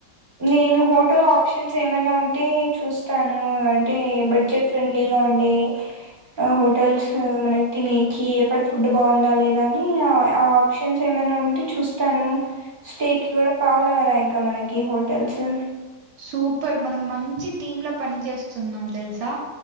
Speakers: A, on the right; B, on the right.
A: నేను హోటల్ ఆప్షన్స్ ఏమైనా ఉంటే చూస్తాను అంటే బడ్జెట్ ఫ్రెండ్లీగా ఉండే హోటల్స్ మనకి తినేకి ఎక్కడ ఫుడ్ బాగుందా లేదా అని ఆ ఆప్షన్స్ ఏమైనా ఉం టే చూస్తాను స్టేకి కూడా కావాల కదా ఇంకా మనకి హో తెలసి
B: సూపర్ మనం మంచి టీమ్ ల పని చేేస్తున్నాం తెలుసా